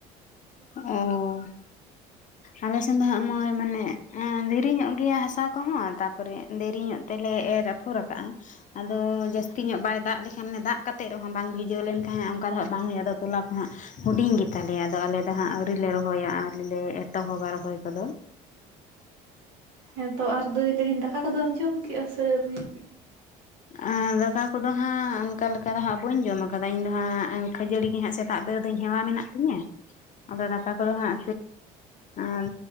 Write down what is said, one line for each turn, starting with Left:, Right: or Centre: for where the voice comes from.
Left: ᱚᱻ
Right: <unintelligible>
Left: ᱟᱞᱮ ᱥᱮᱱ ᱫᱚ ᱦᱟᱸᱜ ᱢᱟᱹᱭ ᱢᱟᱱᱮ ᱮᱸ ᱫᱷᱤᱨᱤ ᱧᱚᱜ ᱜᱮᱭᱟ ᱦᱟᱥᱟ ᱠᱚᱦᱚᱸ ᱛᱟᱯᱚᱨᱮ ᱫᱮᱨᱤᱧᱚᱜ ᱛᱮᱞᱮ ᱮᱨ ᱟᱯᱷᱚᱨ ᱠᱟᱜᱼᱟ ᱾ ᱟᱫᱚ ᱡᱟᱹᱥᱛᱤ ᱧᱚᱜ ᱵᱟᱭ ᱫᱟᱜ ᱞᱮᱠᱷᱟᱱ ᱚᱱᱮ ᱫᱟᱜ ᱠᱟᱛᱮᱫ ᱨᱮᱦᱚᱸ ᱵᱟᱝ ᱵᱷᱤᱡᱟᱹᱣ ᱞᱮᱱᱠᱷᱟᱡ ᱦᱟᱸᱜ ᱚᱝᱠᱟ ᱫᱚ ᱦᱟᱸᱜ ᱵᱟᱝ ᱦᱩᱭᱩᱜᱼᱟ, ᱟᱫᱚ ᱛᱚᱞᱟ ᱠᱚ ᱦᱟᱸᱜ ᱦᱩᱰᱤᱧ ᱜᱮᱛᱟᱞᱮᱭᱟ ᱟᱫᱚ ᱟᱞᱮ ᱫᱚ ᱦᱟᱸᱜ ᱟᱹᱣᱨᱤ ᱞᱮ ᱨᱚᱦᱚᱭᱟ ᱟᱹᱣᱨᱤ ᱞᱮ ᱮᱛᱚᱦᱚᱵᱟ ᱨᱚᱦᱚᱭ ᱠᱚᱫᱚ ᱾
Right: ᱦᱮᱸᱛᱚ ᱟᱨ ᱫᱟᱹᱭ ᱞᱟᱹᱭᱫᱟᱧ ᱫᱟᱠᱟ ᱠᱚᱫᱚᱢ ᱡᱚᱢ ᱠᱮᱜᱼᱟ ᱥᱮ ᱟᱹᱣᱨᱤ?
Left: ᱟᱸ ᱫᱟᱠᱟ ᱠᱚᱫᱚ ᱦᱟᱸᱜ ᱚᱱᱠᱟ ᱞᱮᱠᱟ ᱫᱚ ᱦᱟᱸᱜ ᱵᱟᱹᱧ ᱡᱚᱢ ᱠᱟᱫᱟ, ᱤᱧ ᱫᱚ ᱦᱟᱸᱜ ᱠᱷᱟᱹᱡᱟᱹᱲᱤ ᱜᱮ ᱦᱟᱸᱜ ᱥᱮ ᱛᱟᱜ ᱵᱮᱨ ᱫᱚᱧ ᱦᱮᱣᱟ ᱢᱮᱱᱟᱜ ᱛᱤᱧᱟᱹ ᱾ ᱟᱫᱚ ᱫᱟᱠᱟ ᱠᱚᱫᱚ ᱦᱟᱸᱜ
Right: <unintelligible>
Left: ᱚᱸᱻ